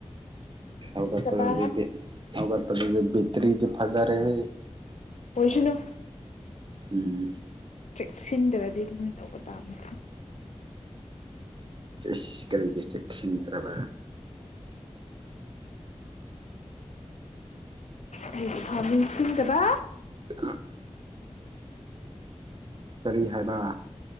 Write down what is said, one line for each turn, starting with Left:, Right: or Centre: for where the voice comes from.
Right: ꯍꯧꯒꯠꯄꯗꯗꯤ
Left: ꯆꯤꯠꯇꯕ
Right: ꯕꯤꯠ ꯍꯧꯒꯠꯄꯗꯗꯤ ꯕꯦꯇ꯭ꯔꯤꯗꯤ ꯐꯖꯔꯦꯍꯦ
Left: ꯑꯣꯏꯁꯅꯨ
Right: ꯏꯍ
Left: ꯆꯦꯛ ꯁꯤꯟꯗ꯭ꯔꯗꯤ ꯑꯗꯨꯃꯥꯏꯅ ꯇꯧꯕ ꯇꯥꯕꯅꯤ
Right: ꯆ‌ꯦꯁ ꯀꯔꯤꯒꯤ ꯆꯦꯛꯁꯤꯟꯗ꯭ꯔꯕ
Left: ꯑꯩꯒꯤꯐꯥꯎ ꯅꯤꯡꯁꯤꯡꯗꯕ
Right: <unintelligible> ꯀꯔꯤ ꯍꯥꯏꯕ